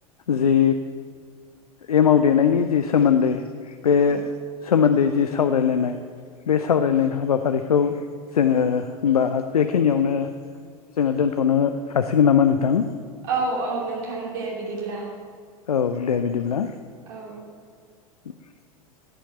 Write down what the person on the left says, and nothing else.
जि एमाव देनायनि जि सोमोन्दै बे
सोमोनदै जि सावरायलायनाय बे सावरायलायनाय हाबाफारिखौ जोङो होमबा बेखिनियावनो जोङो दोनथनो हासिगोन नामा नोंथां?
औ दे बिदिब्ला
<inaudible>